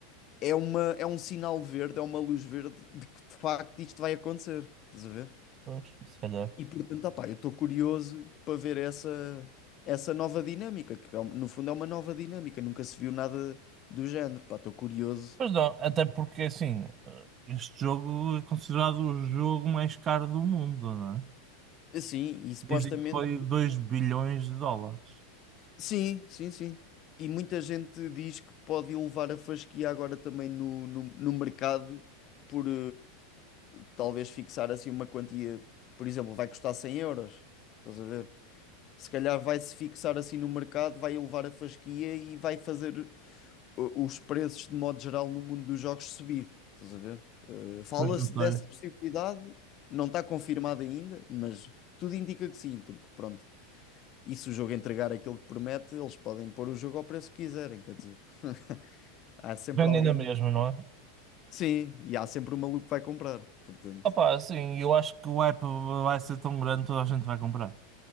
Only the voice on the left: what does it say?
é uma, é um sinal verde, é uma luz verde de que de facto isto vai acontecer. Estás a ver?
E portanto, opá, eu estou curioso para ver essa, essa nova dinâmica, que é um- no fundo é uma nova dinâmica, nunca se viu nada do género. Pá, estou curioso.
Assim, e supostamente.
Sim, sim, sim. E muita gente diz que pode elevar a fasquia agora também no, no, no mercado por eh, talvez fixar assim uma quantia, por exemplo, vai custar 100 euros. Estás a ver? Se calhar vai-se fixar assim no mercado, vai elevar a fasquia e vai fazer o- os preços de modo geral no mundo dos jogos subir. Estás a ver? Eh, fala-se
dessa possibilidade, não está confirmada ainda, mas tudo indica que sim, porque pronto. E se o jogo entregar aquilo que promete, eles podem pôr o jogo ao preço que quiserem, quer dizer. <laughs> Há sempre
alguém.
Sim, e há sempre um maluco que vai comprar, portanto.